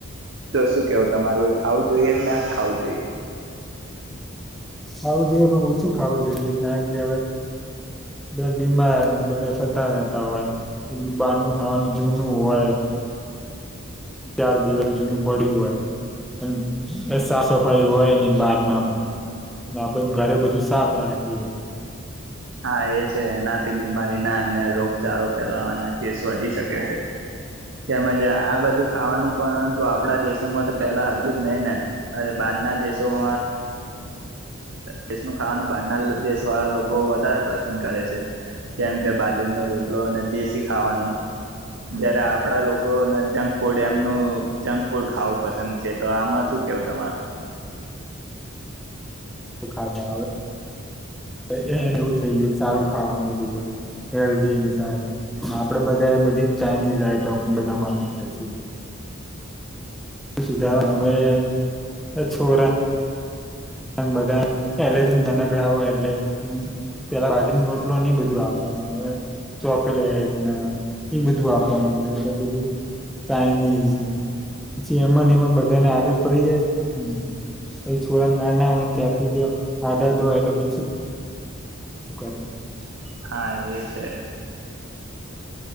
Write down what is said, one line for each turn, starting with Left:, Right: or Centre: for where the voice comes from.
Right: જો શું કેવું તમારું એ ખાવું જોઈએ કે ના ખાવું જોઈએ
Centre: ખાવું જોઈએ પણ ઓછું ખાવું જોઈએ, કારણ કે હવે બીમાર બધા થતા રહેતા હોય એકું બારનું ખાવાનું જૂનું હોય. ચાર દિવસનું જૂનું પડ્યું હોય અને એ સાફ સફાઈ હોયની બહારનામાં આપે ઘરે બધું સાફ રાખીએ
Right: હા, એ છે એના થી બીમારીના અને રોગચારો ફેલાવાના કેસ વધી શકે છે, તેમજ આ બધું ખાવાનું પરંતુ આપણા દેશોમાં તો પેલા હતું જ નહી ને બારના દેશોમાં દેશનું ખાવાનું બારના દેશ વાળા લોકો વધારે પસંદ કરે છે, જેમ કે બાજરીનો રોટલો અને દેશી ખાવાનું જયારે આપણા લોકોને જંક ફૂડ એમનું જંક ફૂડ ખાવું પસંદ છે, તો આમાં શું કેવું તમારું
Centre: ખાધા હવે એને એવું થઈ ગયું સારું ખાવાનું જુવ, હેલ્ધી ને સારું, આપડે બધા બધી ચાઇનીઝ આઈટમ બધા માગીએ છીએ સુધારવાના હવે છોરા બધા પેલે થી નનકડા હોય એટલે પેલા બાજરી રોટલોને એ બધું આપવાનું આવે ચોકલેટ ને ઈ બધું આપવા માંડ્યા એટલે બધું ચાાઈનીઝને પછી એમાં એમાં બધાને આદત પડી જાય છોક ના, ના, હોય ને ત્યાંથી જ આદત હોય એટલે પછી <inaudible>
Right: હા, એ છે